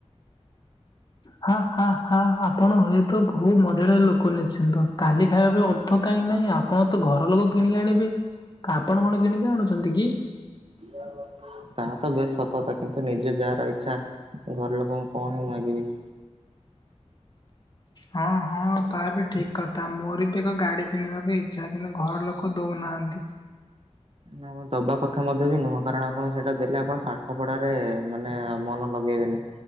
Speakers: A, on the left; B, on the right.
A: ହା, ହା, ହା ଆପଣ ହୁଏତ ବହୁତ ମଜାଳିଆ ଲୋକ ନିଶ୍ଚିନ୍ତ। କାଲି ଖାଇବା ପାଇଁ ଅର୍ ଥ କାଇଁ ନାଇଁ ଆପଣ ତ ଘର ଲୋକ କିଣିକି ଆଣିବେ। ଆପଣ କଣ କିଣିକି ଆଣୁଛନ୍ତି କି?
B: <inaudible> ତାହା ତ ବେସ୍ ସତ କଥା, କିନ୍ତୁ ନିଜେ ଯାହର ଇଚ୍ଛା ଘର ଲୋକଙ୍କୁ କଣ ହି ମାଗିବି।
A: ହଁ, ହଁ ତା ବି ଠିକ କଥା, ମୋର ବି ଏକ ଗାଡି କିଣିବାକୁ ଇଚ୍ଛା। କିନ୍ତୁ ଘର ଲୋକ କ ଦଉନାହାନ୍ତି।
B: ନା ଦବା କଥା ମଧ୍ୟ ବି ନୁହଁ। କାରଣ ଆପଣ ସେଟା ଦେଲେ ଆପଣ ପାଠ ପଢାରେ ମାନେ ମନ ଲଗେଇବେନି।